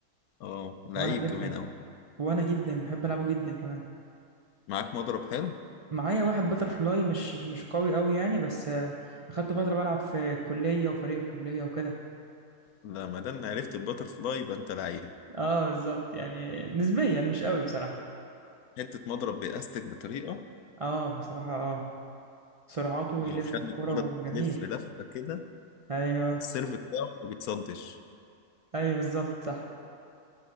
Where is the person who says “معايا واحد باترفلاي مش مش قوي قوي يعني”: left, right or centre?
Right